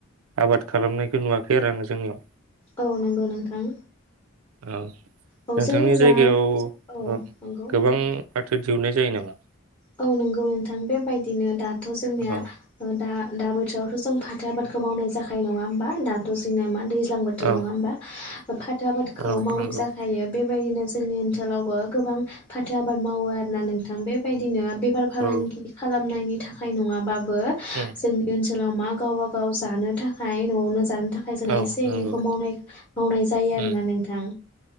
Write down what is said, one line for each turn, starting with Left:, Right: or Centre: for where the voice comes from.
Right: आबाद खालामनायखौ नुवाखै आरो आङो जोंनियाव
Left: औ नंगौ नोंथां।
Right: ओ
Left: औ
Right: नोंथांनि
Left: जोंनि
Right: जायगायाव
Left: जा औ
Right: ओ
Left: नंगौ।
Right: गोबां फाथो दिहुननाय जायो नामा?
Left: औ नंगौ नोंथां बेबायदिनो दा थ' जोंनिया
Right: औ
Left: ओ दा दा बोथोरावथ' जों फाथो आबादखौ मावनाय जानाय नङा होमबा दाथ' जोंनिया मा दै दैज्लां बोथोर
Right: औ
Left: नङा होमबा फाथो आबादखौ
Right: औ
Left: मावनाय
Right: नंगौ
Left: जाखायो बेबायदिनो ज जोंनि ओनसोलावबो गोबां फाथो आबाद मावो आरोना नोंथां बेबायदि बिदिनो। बेफार फालांगि
Right: औ
Left: खालामनायनि थाखाय नङाबा बो
Right: उम
Left: जोंनि ओनसोलाव मा गावबा गाव गाव जानो थाखाय न'आवनो जानो थाखाय जों
Right: औ
Left: एसे
Right: नंगौ
Left: एनैखौ मावनाय मावनाय जायो आरोना
Right: उम
Left: नोंथां